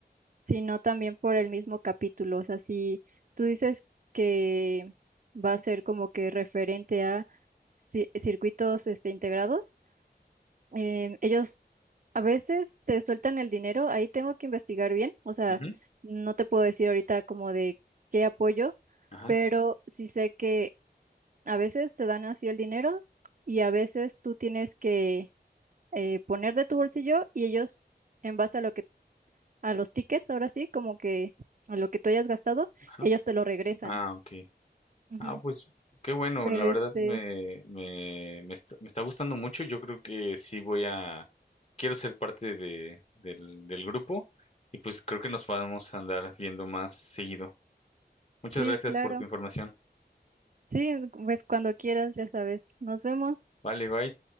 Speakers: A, on the right; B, on the left.
A: sino también por el mismo capítulo. O sea, si tú dices que va a ser como que referente a ci- circuitos este, integrados, em, ellos a veces te sueltan el dinero, ahí tengo que investigar bien, o sea,
B: ujú,
A: no te puedo decir ahorita como de qué apoyo,
B: ajá,
A: pero sí sé que a veces te dan así el dinero y a veces tú tienes que eh, poner de tu bolsillo y ellos... En base a lo que a los tickets, ahora sí, como que a lo que tú hayas gastado,
B: ajá.
A: ellos te lo regresan.
B: Ah, ok.
A: Ujú.
B: Ah, pues qué bueno,
A: Pero
B: la verdad
A: este,
B: me, me, me está, me está gustando mucho. Yo creo que sí voy a, quiero ser parte de, del, del grupo y pues creo que nos vamos a andar viendo más seguido. Muchas
A: sí,
B: gracias
A: claro.
B: por tu información.
A: Sí, pues cuando quieras, ya sabes. Nos vemos.
B: Vale, bye.